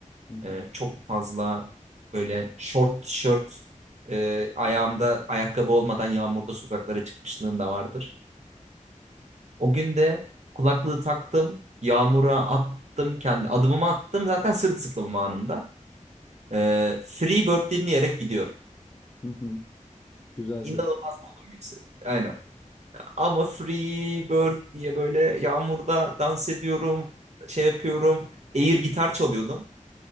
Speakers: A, on the left; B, on the right.
A: Hı
B: Ee,
A: hı.
B: çok fazla böyle short tişört e, ayağımda ayakkabı olmadan yağmurda sokaklara çıkmışlığım da vardır. O gün de kulaklığı taktım. Yağmura attım kendi adımımı attım zaten sırılsıklamım anında. Ee, Freebird dinleyerek gidiyorum.
A: Hı hı. Güzel
B: İnanılmaz
A: seç.
B: modum yükseliyor. Aynen. Ama Freebird diye böyle yağmurda dans ediyorum, şey yapıyorum. Air gitar çalıyordum.